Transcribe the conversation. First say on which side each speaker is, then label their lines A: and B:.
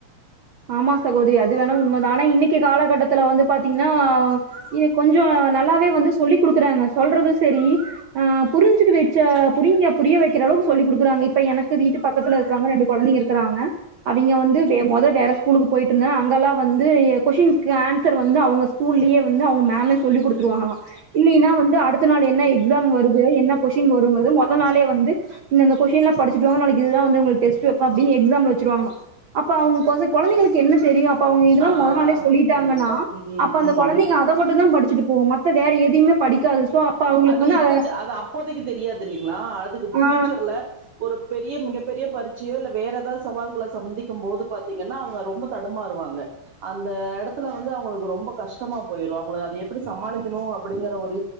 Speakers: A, on the right; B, on the right.
A: ஆமா சகோதரி அது வேணு உண்மதா ஆனா இன்னைக்கு காலகட்டத்துல வந்து பாத்தீங்கன்னா இது கொஞ்சோ நல்லாவே வந்து சொல்லிக் குடுக்குறாங்க சொல்றது செரி புரிஞ்சுட்டு வச்ச புரிங்க புரிய வைக்கிற அளவுக்கு சொல்லி் குடுக்கறாங்க இப்ப எனக்கு வீட்டு பக்கத்தில இருக்கிறாங்க ரெண்டு கொழந்தைங்க இருக்கிறாங்க அவங்க வந்து மொத வேற ஸ்கூலுக்கு போயிட்டு இருந்தே அங்கெல்லா வந்து கொஸினுக்கு ஆன்சர் வந்து அவுங்க ஸ்கூல்லேயே வந்து அவுங்க மேம்மே சொல்லி குடுத் துருவங்கள இல்லைன்னா வந்து அடுத்த நாள் என்ன எக்ஸாம் வருது என்ன கொஸ்டின் வருங்குறது மொத நாளே வந் து இந்தந்த கொஸ்டின்லா படிச்சுட்டு வாங்க நாளைக்கு இதுதா வந்து உங்களுக்கு டெஸ்ட் வெப்ப அப்டின்னு எக்ஸாம் வச்சுருவாங்ளா அப்ப அவுங்க கொழந்தைங்களுக்கு என்ன தெரியு அப் ப அவுங்க இதெல்லா
B: ஆ
A: மொத நாளே சொல்லிட்டாங்கனா
B: கண்டிப்பா ம்
A: அப்ப அந்த
B: ம்
A: கொழந்தைங்க அத மட்டு தா படிச் சுட்டு போம் மத்த வேற எதைமே படிக்காது சோ அப்ப அவங்களுக்கு
B: அது
A: வந்து
B: இப்பத்
A: அத
B: அது அப்போதைக்கு தெரியாது இல்லைங்களா அதுக்கு
A: ஆ
B: பியூச்சர்ல ஒ ரு பெரிய மிகப்பெரிய பரிட்சையோ இல்ல வேற ஏதாவது சவால்கள சந்திக்கும் போது பாத்தீங்கன்னா அவங்க ரொம்ப தடுமாறுவாங்க க அந்த இடத்துல வந்து அவங்களுக்கு ரொம்ப கஷ்டமா போயிரு அவங்களுக்கு அத எப்டி சமாளிக்கணு அப்டிங்கற ஒரு